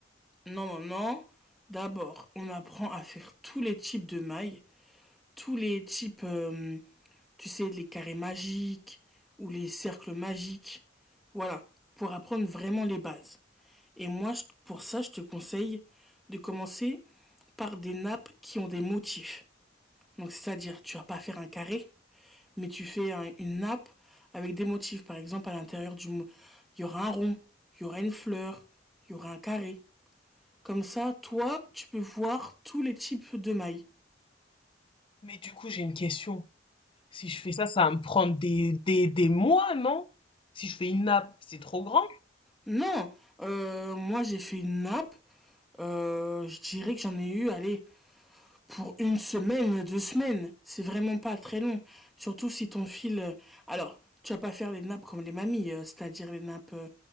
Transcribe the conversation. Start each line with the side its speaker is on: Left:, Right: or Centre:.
Centre: non, non, non. D'abord, on apprend à faire tous les types de mailles, tous les types, euh, tu sais, les carrés magiques ou les cercles magiques. Voilà, pour apprendre vraiment les bases. Et moi, pour ça, je te conseille de commencer par des nappes qui ont des motifs. Donc, c'est-à-dire, tu vas pas faire un carré, mais tu fais un- une nappe avec des motifs. Par exemple, à l'intérieur du, mo- il y aura un rond, il y aura une fleur, il y aura un carré. Comme ça, toi, tu peux voir tous les types de mailles.
Left: Mais du coup, j'ai une question. Si je fais ça, ça va me prendre des, des, des mois, non? Si je fais une nappe, c'est trop grand.
Centre: Non, euh, moi j'ai fait une nappe. euh, je dirais que j'en ai eu, allez, pour une semaine, deux semaines. C'est vraiment pas très long. Surtout si ton fil. euh, Alors, tu vas pas faire les nappes comme les mamies, euh, c'est-à-dire les nappes euh,